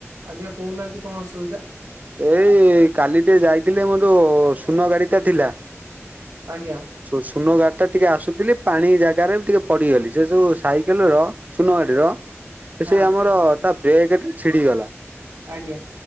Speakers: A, on the right; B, on the right.
A: ଆଜ୍ଞା କହୁନାହାନ୍ତି କଣ ଅସୁବିଧା
B: ଏଇ କାଲି ଟେ ଯାଇଥିଲେ ମୋର ଯୋଉ ସୁନ ଗାଡି ଟା ଥିଲା
A: ଆଜ୍ଞା
B: ସୁନ ଘାଟ ତ ଟିକେ ଆସୁଥିଲି ପାଣି ଜାଗାରେ ବି ଟିକେ ପଡିଗଲି ସେ ଯଉ ସାଇକେଲ ର ସୁନାଗଡିର
A: ହଁ
B: ସେ ଆମର ତା ବ୍ରେକ୍ ଏତେ ଛିଡିଗଲା
A: ଆଜ୍ଞା